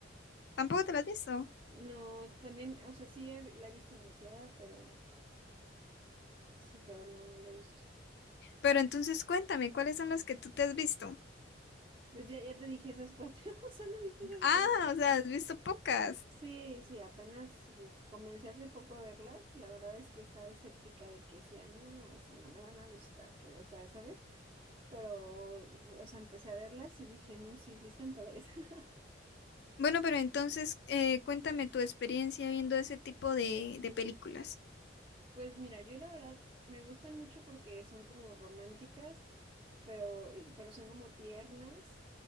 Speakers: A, on the left; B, on the right.
A: Tampoco te lo has visto.
B: no, también, o sea, sí he- la he visto anunciada, pero sí, pero no, no la he visto.
A: Pero entonces cuéntame, ¿cuáles son los que tú te has visto?
B: Pues ya, ya te dije esas cuatro, <laughs> solo he visto esas
A: Ah,
B: cuatro.
A: o sea, has visto pocas.
B: Sí, sí, apenas eh, comencé hace poco a verlas, la verdad es que estaba escéptica de que sí, ah, no, o sea, no me van a gustar, que, o sea, ¿sabes? Pero, o sea, empecé a verlas y dije, no, sí, sí están padres. <laughs>
A: Bueno, pero entonces eh, cuéntame tu experiencia viendo ese tipo de, de películas.
B: Pues mira, yo la verdad me gustan mucho porque son como románticas, pero, y- pero son como tiernas,